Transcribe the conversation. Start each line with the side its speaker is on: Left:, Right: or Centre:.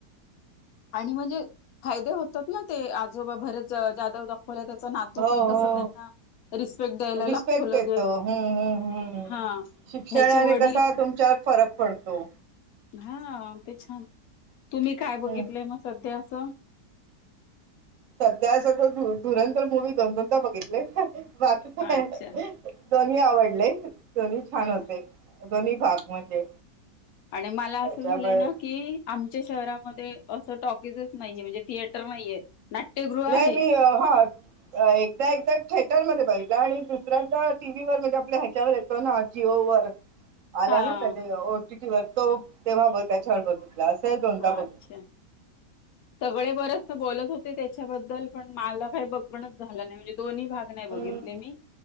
Left: आणि म्हणजे फायदे होतात ना ते आजोबा भरत जाधव डॉक् परत त्याचा नातू
Right: हो
Left: पण
Right: हो
Left: कस त्यांना रिस्पेक्ट द्यायला
Right: रिस्पेक्ट
Left: लागतो लगेच
Right: येतो हम्म हम्म हम्म.
Left: हा
Right: शिक्षणाने
Left: ह्याचे वडील
Right: कसा तुमच्यात फरक पडतो
Left: हा ते छान तुम्ही काय बघितलंय
Right: हम्म
Left: मग सध्या स
Right: सध्या सगळंधुरंदर मुवी बदल बघितले बाकीचे काय
Left: अच्छा
Right: दोन्ही आवडले दोन्ही छान
Left: हा
Right: होते दोन्ही भाग म्हणजे
Left: आणि मला
Right: त्याच्यामुळे
Left: असं झालं ना की आमच्या शहरामध्ये अस टॉक नाहीे म्हणजे थिएटर नाहीये नाट्यगृह
Right: नाही
Left: आहे
Right: मी हा एकदा एकदा ठे र मध्ये बघितला आणि दुसऱ्यादा टीव्ही वर म्हणजे आपल्या ह्याच्यावर येतो ना जिओ वर आला
Left: हा
Right: ना त्या ओ टी टी वर तो तेव्हा ब त्याच्यावर बघितला असे दोनदा बघ
Left: अच्छा सगळे बरच बोलत होते त्याच्याबद्दल पण मला काही बघणच झालं नाही म्हणजे दोन्ही भाग नाही बघितले
Right: हम्म
Left: मी